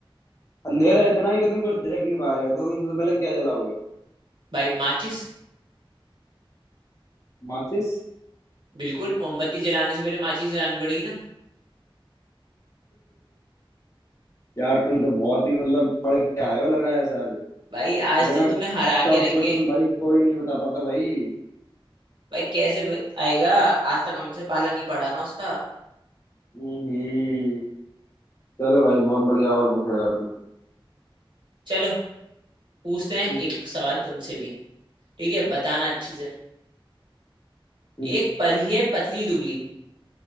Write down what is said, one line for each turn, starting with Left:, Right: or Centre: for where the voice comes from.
Left: अंधेरा इतना है कि तुम कुछ देख नहीं पा रहे हो तो तुम सबसे पहले क्या जलाओगे
Right: भाई माचिस
Left: माचिस
Right: बिल्कुल मोमबत्ती जलाने से पहले माचिस जलानी पड़ेगी ना
Left: यार तुम तो बहुत ही मतलब पढ़ के आए हो लग रहा है ऐसा आज
Right: भाई
Left: इतना
Right: आज तो तुम्हें हरा
Left: टफ
Right: के रहेंगे
Left: क्वेश्चन भाई कोई नहीं बता पाता भाई
Right: भाई कैसे ब- आएगा आज तक हमसे पाला नहीं पड़ा ना उसका
Left: हम्म चलो भाई बहुत बढ़िया और पूछो यार तुम
Right: चलो पूछते हैं
Left: हम्म
Right: एक सवाल तुमसे भी ठीक है बताना अच्छी से
Left: हम्म हम्म,
Right: एक परी है पतली दुबली